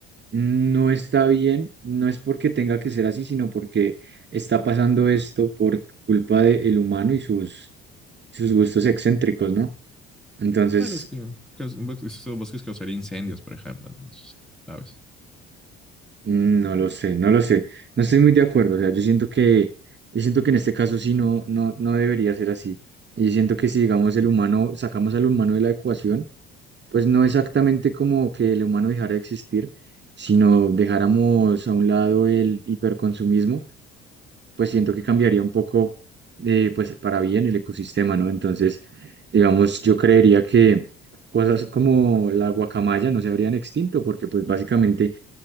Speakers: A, on the right; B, in the centre.
A: mm, no está bien, no es porque tenga que ser así, sino porque está pasando esto por culpa del humano y sus, sus gustos excéntricos, ¿no? Entonces,
B: Claro, es que caus- bosques, esos bosques causaría incendios, por ejemplo, ¿no? ¿sabes?
A: Mm, No lo sé, no lo sé. No estoy muy de acuerdo. O sea, yo siento que, yo siento que en este caso sí no, no, no debería ser así. Y yo siento que si, digamos, el humano, sacamos al humano de la ecuación, pues no exactamente como que el humano dejara de existir, sino dejáramos a un lado el hiperconsumismo, pues siento que cambiaría un poco, eh, pues para bien el ecosistema, ¿no? Entonces, digamos, yo creería que cosas como la guacamaya no se habrían extinto, porque pues básicamente